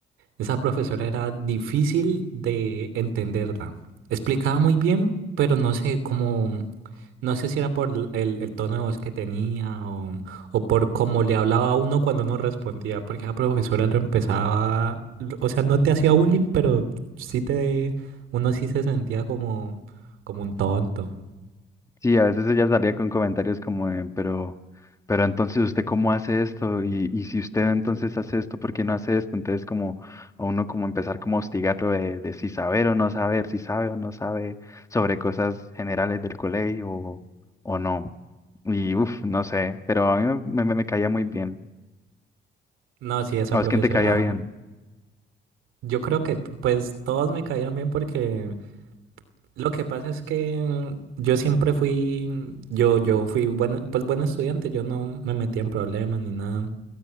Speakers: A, on the right (about 85°); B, on the left (about 15°).
A: esa profesora era difícil de entenderla. Explicaba muy bien, pero no sé cómo. No sé si era por l- el, el tono de voz que tenía o, o por cómo le hablaba a uno cuando uno respondía, porque la profesora lo empezaba, lo- o sea, no te hacía bullying, pero sí te, uno sí se sentía como, como un tonto.
B: Sí, a veces ella salía con comentarios como, de, pero, pero entonces usted cómo hace esto y, y si usted entonces hace esto, ¿por qué no hace esto? Entonces como a uno como empezar como a hostigarlo de, de si saber o no saber, si sabe o no sabe sobre cosas generales del colegio o, o no. Y uff, no sé, pero a mí me, me, me caía muy bien.
A: No, sí, esa
B: ¿A vos
A: profesora,
B: quién te caía bien?
A: yo creo que t- pues todos me caían bien porque lo que pasa es que yo siempre fui, yo, yo fui buen, pues buen estudiante, yo no me metía en problemas ni nada.